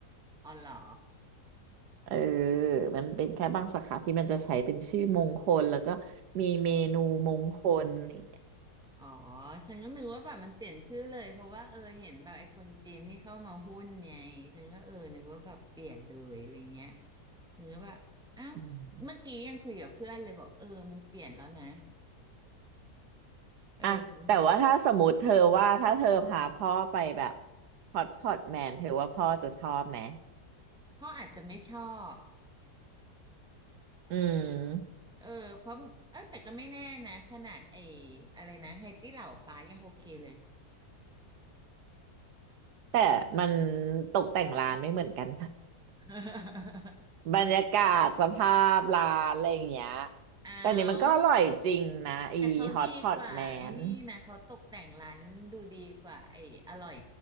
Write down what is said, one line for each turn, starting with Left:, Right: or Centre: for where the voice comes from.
Centre: อ๋อเหรอ
Right: เออมันเป็นแค่บางสาขาที่มันจะใช้เป็นชื่อมงคลแล้วก็มีเมนูมงคลอะไรอย่างเงี้ย
Centre: อ๋อฉันก็นึกว่าแบบมันเปลี่ยนชื่อเลยเพราะว่าเออเห็นแบบไอ้คนจีนที่เข้ามาหุ้นไงฉันก็เออนึกว่าแบบเปลี่ยนเลยอะไรเงี้ยนึกว่าแบบอ้าว
Right: อืม
Centre: เมื่อกี้ยังคุยกับเพื่อนเลยบอกเออมันเปลี่ยนแล้วนะเออ
Right: อ่ะแต่ว่าถ้าสมมติเธอว่าถ้าเธอพาพ่อไปแบบฮอตพอตแมนเธอว่าพ่อจะชอบไหม
Centre: เขาอาจจะไม่ชอบ
Right: อืม
Centre: เออเพราะเออแต่ก็ไม่แน่นะขนาดไอ้อะไรนะไฮตี้เหล่าป้ายังโอเคเลย
Right: แต่มันตกแต่งร้านไม่เหมือนกัน
Centre: <laughs>
Right: <laughs> บรรยากาศสภาพร้านอะไรอย่างเงี้ย
Centre: เอ
Right: แต่นี่มันก็อร่อยจริงนะอีฮอตพอตแมน
Centre: าแต่เขาดีกว่าไอ้นี่นะเขาตกแต่งร้านดูดีกว่าไอ้อร่อย